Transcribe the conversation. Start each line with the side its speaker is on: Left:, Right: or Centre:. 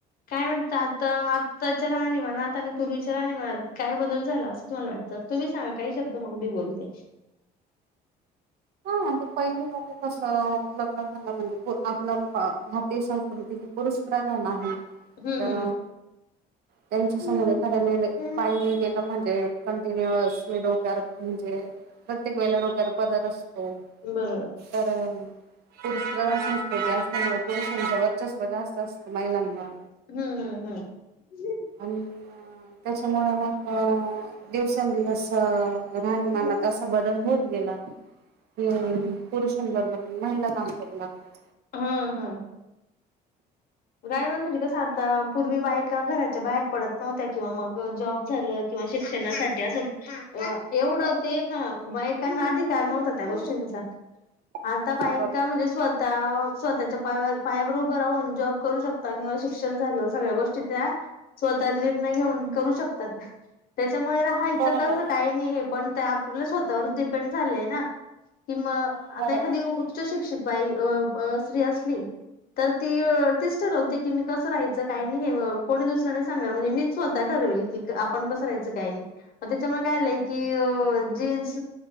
Left: काय म्हणत आता आता च्या राहणी मानात आणि पूर्वीच्या राहणी मानात काय बदल झाला असं तुम्हाला वाटतं तुम्ही सांगा काही शब्द मग मी बोलते.
Right: आता पहिले लोक कस लग्न झालं म्हणजे आपलं भारतीय संस्कृती पुरुष प्रधान आहे.
Left: हम्म
Right: तर त्यांच्या समोर
Left: हम्म
Right: एखाद्या निर्णय
Left: हम्म
Right: बाई गेलं म्हणजे कंटिन्यस मी डोक्यावर म्हणजे प्रत्येक वेळेला डोक्यावर पदर अस हो.
Left: बरोबर.
Right: बरं. पुरुष प्रधान संस्कृती असल्यामुळे पुरुषांचं वर्चस्व जास्त असतं महिलांमुळ.
Left: हम्म हम्म हम्म.
Right: आणि त्याच्यामुळे मग दिवसेंदिवस राहणीमानात
Left: हम्म
Right: असा बदल होत गेला. ते पुरुषांबरोबर तर महिला काम करू लागल्या.
Left: हां.. हा.. गाडीवर म्हणजे कसं आता पूर्वी बायका घराच्या बाहेर पडत नव्हत्या किंवा मग जॉब झालं किंवा शिक्षणासाठी असं एवढं ते ह बायकांना अधिकार नव्हता त्या गोष्टींचा. आता
Right: हम्म
Left: बायका म्हणजे स्वतः स्वतःच्या पायावर -पायावर उभं राहून जॉब करू शकतात किंवा शिक्षण झालं सगळ्या गोष्टी त्या स्वतः निर्णय घेऊन करू शकतात, त्याच्यामुळे राहायचं
Right: बरोबर
Left: कसं काय नी हे पण आपलं स्वतःवर डिपेंड झालेय ना कि म आता
Right: बरोबर
Left: एखादी उच्च शिक्षित बाई अ ब स्री असली, तर ती तीच ठरवते की मी कसं राहायचं, काही नाही हे कोणी दुसर नाही सांगणार, म्हणजे मीच स्वतः ठरवेल की आपण कसं राहायचं काही नाही. मग त्याच्यामुळे काय झालंय की जीन्स